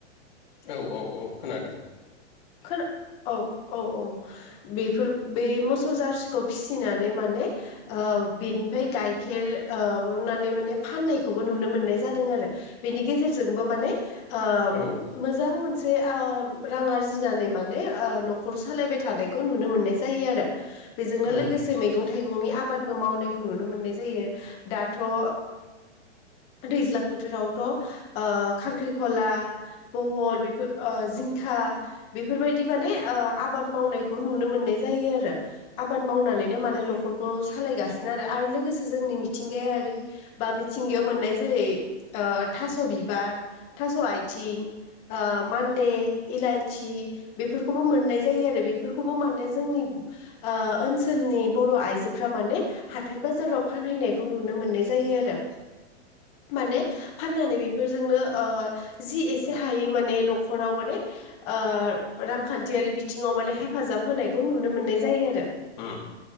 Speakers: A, on the left; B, on the left.
A: औ औ औ खोनादों।
B: खो औ औ औ बेफोर बे मोसौ जारसिखौ फिसिनानै माने ओ औ बेनिफ्राय गाइखेर ओ बहननानै माने फाननायखौबो नुनो मोननाय जादों आरो बेनि गे जेरजोंबो माने ओ
A: औ
B: मोजां मोनसे ओ रां आर जिनानै माने ओ न'खर सालायबाय थानायखौ नुनो मोननाय जायो आरो। बेजोंनो
A: औ उम
B: लोगोसे मैगं-थाइगंनि आ बादबो मावनायखौ नुनो मोननाय जायो दाथ' ओ दैज्लां बोथोरावथ' ओ खांख्रिखला, बहल बेफोर जिं खा बेफोरबायदि माने ओ आबाद मावनायखौ नुनो मोननाय जायो आरो। आबाद मावनानैनो माने न'खर सालायगासिनो आरो आरो लोगोसे जोंनि मिथिंगायारि बा मिथिंगायाव मोननाय जेरै ओ थास' बिबार, थास' आइथिं, ओ मान्दे, इलइ सि बेफोरखौबो मोननाय जायो आरो बेफोरखौबो माने जोंनि ओ ओनोलनि ब बर आइजोफोरा माने हाथाय बाजाराव फानहैनायखौ नुनो मोननाय जायो आरो। माने फाननानै बेफोरजोंनो ओ जि एसे हायो माने नखराव माने ओ रांखान्थियारि बिथिङाव माने हेफाजाब होनायखौ नुनो मोननाय जायो आरो।
A: उम